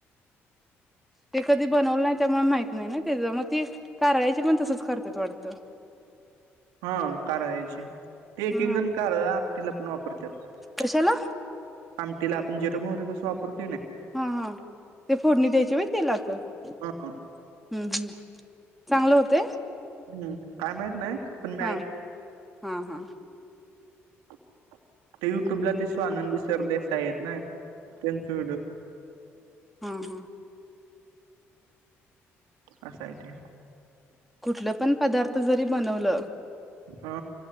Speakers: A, in the centre; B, on the right.
A: ते कधी बनवलं नाही त्यामुळे माहिित नाही नाही तेच मग ते करायाचे पण तसच करतात वाटत
B: हा कार यायची ते एक
A: हा
B: एक जण कार आप तिला पण वापरतात
A: कशाला
B: आमटीला आपण जिर वगरे कसं वापरतो
A: हा हा ते फोडणी द्यायची बाय तेलाच हम्म
B: हा
A: हम्म चांगलं होते
B: हम्म काय माहित नाही पण मी
A: हा हां हां
B: तर युट्यूबला ते स्ो आनंदी सरदेसा आहेत ना त्यांचड
A: हम हम
B: अससाा आहेथ
A: कुठलं पण पदार्थ जरी बनवलं
B: हा